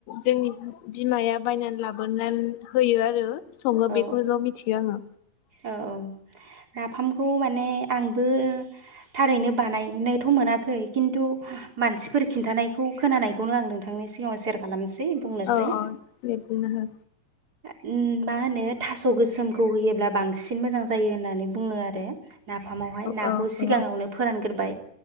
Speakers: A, on the left; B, on the right.
A: जोंनि बिमाया बायनानै लाबोनानै होयो आरो सङो
B: औ औ
A: बेखौल' मिथियो आङो
B: औ औ नाफामखौ माने आंबो थारैनो बानायनोथ' मोनाखै खिन्थु मानसिफोर खिन्थानायखौ खोनानायखौनो आं नोंथांनि सिगाङाव सेयार खालामनोसै बुंनोसै
A: औ औ बिदिनो हो
B: उम मा मा होनो थास' गोसोमखौ होयोब्ला बांसिन मोजां जायो होननानै बुङो आरो। नाफामावहाय नाखौ
A: औ
B: सिगाङावनो
A: औ
B: फोरानग्रोबाय